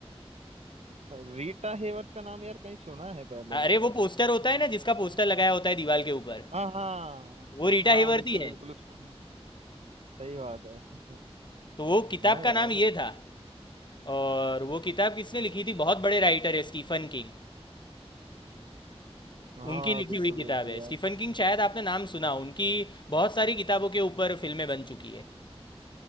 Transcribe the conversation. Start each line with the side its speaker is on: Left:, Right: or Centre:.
Right: अच्छा, रीटा हेवर्थ का नाम यार कहीं सुना है पहले
Left: हाँ, अरे वो पोस्टर होता है ना जिसका पोस्टर लगाया होता है दीवार के ऊपर
Right: हाँ हाँ
Left: वो रीटा
Right: हाँ
Left: हेवर्थ
Right: बिल्कुल
Left: ही है
Right: बिल्कुल उसको सही बात है <laughs>
Left: तो वो किताब
Right: हाँ
Left: का
Right: यार
Left: नाम ये था और वो किताब किसने लिखी थी बहुत बड़े राइटर है स्टीफन किंग
Right: हाँ
Left: उनकी लिखी
Right: बिल्कुल
Left: हुई किताब
Right: बिल्कुल
Left: है
Right: यार
Left: स्टीफन किंग शायद आपने नाम सुना हो, उनकी बहुत सारी किताबों के ऊपर फिल्में बन चुकी है